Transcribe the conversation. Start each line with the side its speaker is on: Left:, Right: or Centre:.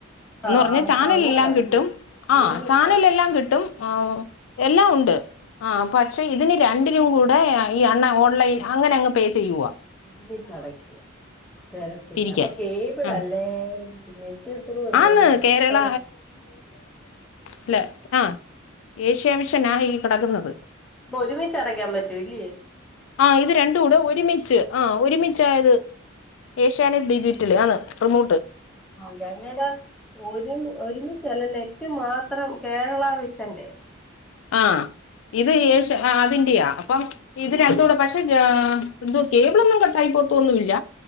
Left: എന്ന്
Centre: ആഹ്
Left: പറഞ്ഞാ ചാനൽലെല്ലാം
Centre: അങ്ങനല്ലേ
Left: കിട്ടും ആഹ്
Centre: ഒരുമിച്ച
Left: ചാനൽ ലെല്ലാം കിട്ടും ആഹ് എല്ലാം ഉണ്ട് ആഹ് പക്ഷേ ഇതിന് രണ്ടിനും കൂടെ ഈ അണ്ണ ഓൺലൈൻ അങ്ങനെ അങ്ങ് പേ ചെയ്യുവാ.
Centre: ഒരുമിച്ചടക്ക. വരത്തില്ല
Left: പിരിക്കാൻ
Centre: അപ്പൊ കേബിൾ
Left: ആ
Centre: അല്ലേ <unintelligible>
Left: ആന്ന് കേരള
Centre: ആന്നോ
Left: അല്ല ആഹ് ഏഷ്യ മിഷൻ ആ ഈ കിടക്കുന്നത്
Centre: പ്പോ ഒരുമിച്ച് അടയ്ക്കാൻ പറ്റൂ ഇല്ല്യേ
Left: ആഹ് ഇത് രണ്ടൂടെ ഒരുമിച്ച് ആഹ് ഒരുമിച്ചായത് ഏഷ്യാനെറ്റ് ഡിജിറ്റല് ആണ് റീമോട്ട്
Centre: ആഹ് ഞങ്ങടെ ഒരുമി ഒരുമിച്ചല്ല. നെറ്റ് മാത്രം കേരള വിഷന്റെ.
Left: ആഹ് ഇത് ഏഷ്യ ആഹ് അതിന്റെയാ അപ്പം ഇതിനത്തൂടെ പക്ഷെ ആഹ് എന്തുവാ കേബിളൊന്നും കട്ടായി പോവത്തൊന്നു ഇല്ല.